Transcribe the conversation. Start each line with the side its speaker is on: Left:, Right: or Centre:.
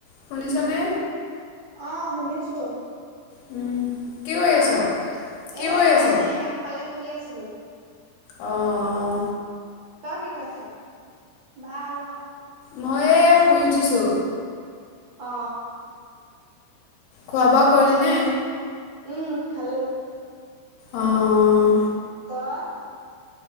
Left: শুনিছা নে?
Right: অহ শুনিছো।
Left: উম কি কৰি আছ?
Right: আহ
Left: কি
Right: এয়া
Left: কৰি আছ?
Right: এনেই আগফালে বহি আছিলো।
Left: অহ
Right: তই কি কৰি আছ? ভাল অ
Left: মই এই শুই উঠিছো
Right: অ
Left: খোৱা বোৱা কৰিলি নে?
Right: উম খালো
Left: অ',
Right: তই